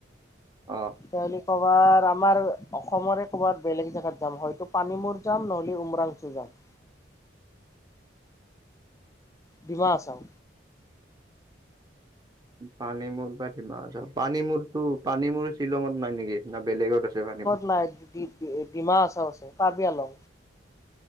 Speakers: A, on the right (about 20°); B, on the left (about 15°).
A: অ'।
B: তেতিয়াহ'লে কৰ'বাৰ আমাৰ অসমৰে ক'বাত বেলেগ জেগাত যাম হয়তো পানী মূৰ যাম, নহ'লে উমৰাং চো যাম। ডিমা হাছাও
A: পানী মূৰ বা ডিমা হাছাও, পানী মূৰটো পানী মূৰ শ্বিলঙত নাই নেকি? না বেলেগত আছে পানী
B: <unintelligible> ডে ডিমা হাছাও আছে, কাৰ্বি আলং।